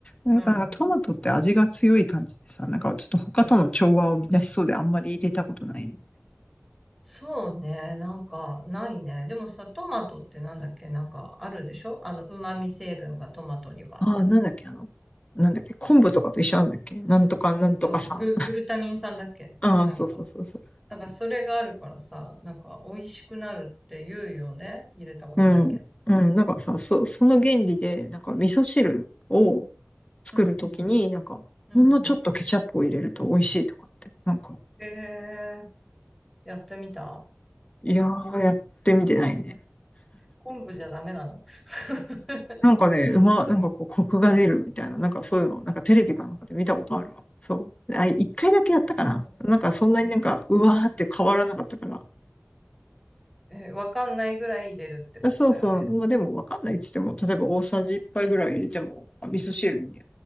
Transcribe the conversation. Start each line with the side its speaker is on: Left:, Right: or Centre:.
Left: ん。
Centre: あ、
Left: やっぱなんかトマトって味が強い感じでさ、
Centre: うん。
Left: なんかちょっと他との調和を乱しそうであんまり入れたことないね。
Centre: そうね。なんか、ないね。でもさ、トマトってなんだっけなんか、あるんでしょあの、旨味成分がトマトには。
Left: ああ、なんだっけ、あの、なんだっけ、昆布とかと一緒なんだっけ、なんとかなんとかさ。
Centre: そう、グ、グルタミン酸だっけなんか。
Left: ああ、そうそうそうそう。
Centre: なんか、それがあるからさ、なんか、美味しくなるって言うよね。入れたことないけど。
Left: うん。うん、なんかさ、そ、その原理で、なんか味噌汁を作るときに、
Centre: うん。
Left: なんか、
Centre: うん。
Left: ほんのちょっとケチャップを入れると美味しいとかって、なんか、
Centre: えー、やってみた
Left: いやー、やってみてないね。
Centre: 昆布じゃダメなの <laughs>
Left: なんかね、うま、なんかこう、コクが出るみたいな、なんかそういうのを、なんかテレビかなんかで見たことあるわ。そう。あ、一回だけやったかな。
Centre: う
Left: なんかそんなになんか、
Centre: ん
Left: うわーって変わらなかったから、
Centre: えわかんないぐらい入れるってことだよね。
Left: そうそう。まあでもわかんないっつっても、例えば大さじ1杯ぐらい入れても、あ味噌汁に